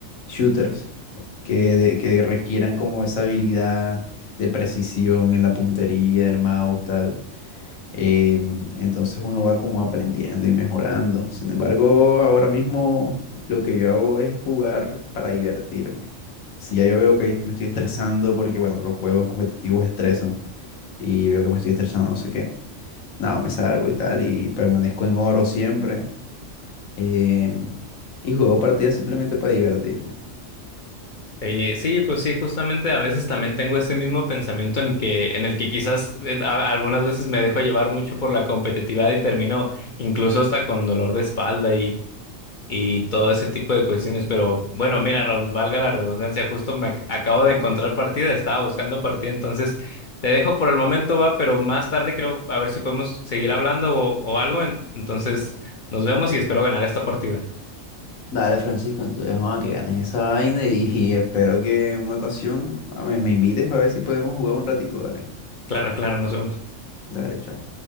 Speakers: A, on the left (about 80°); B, on the left (about 55°).
A: shooters que, de- que requieran como esa habilidad de precisión en la puntería, del mouse, tal. Em, entonces uno va como aprendiendo y mejorando. Sin embargo, ahora mismo lo que yo hago es jugar para divertirme. Si ya yo veo que me estoy estresando, porque bueno, los juegos competitivos estresan y veo que me estoy estresando, no sé qué. No, me salgo y tal, y permanezco en oro siempre. eh, y juego partidas simplemente para divertirme.
B: Eh, sí, pues sí, justamente a veces también tengo ese mismo pensamiento en que, en el que quizás eh, a- algunas veces me dejo llevar mucho por la competitividad y termino incluso hasta con dolor de espalda y todo ese tipo de cuestiones. Pero bueno, mira, Raúl, valga la redundancia, justo me ac- acabo de encontrar partida, estaba buscando partida, entonces te dejo por el momento, va, pero más tarde creo a ver si podemos seguir hablando o, o algo. en- Entonces, nos vemos y espero ganar esta partida.
A: Dale, Francisco, entonces, ah, que ganes esa vaina y, y espero que en una ocasión ah, me, me invites para ver si podemos jugar un ratico, dale.
B: Claro, claro, nos vemos.
A: Dale, chao.